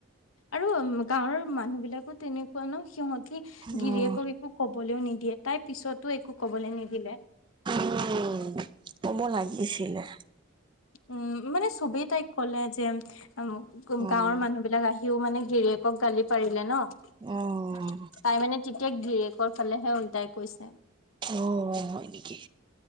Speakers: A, on the left; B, on the right.
A: আৰু গাঁৱৰ মানুহ বিলাকো তেনেকুৱা ন সিহঁতি
B: উম।
A: গিৰিয়েক একো ক'বলৈও নিদিয়ে, তাই পিছতো একো কবলৈ নিদিলে।
B: উম কব লাগিছিলে।
A: উম মানে চবেই তাইক কলে যে, গাঁৱৰ
B: উম,
A: মানুহ বিলাক আহি আহিয়েও মানে গিৰিয়েকক গালি পাৰিলে ন,
B: অ',
A: তাই মানে তেতিয়া গিৰীয়েকৰ ফালেহে উওল্টাই কৈছে।
B: অ হয় নেকি?